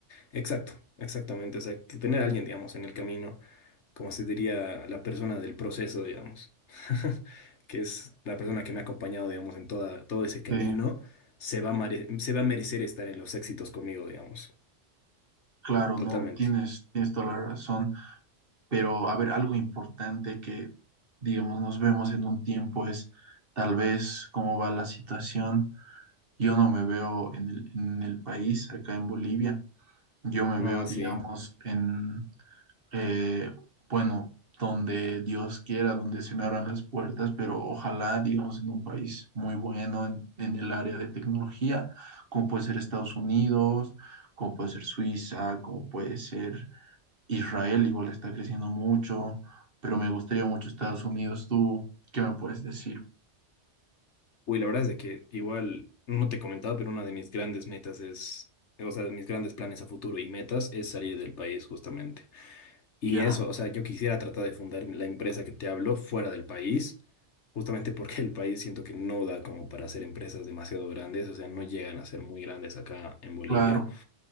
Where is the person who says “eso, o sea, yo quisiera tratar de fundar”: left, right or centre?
Left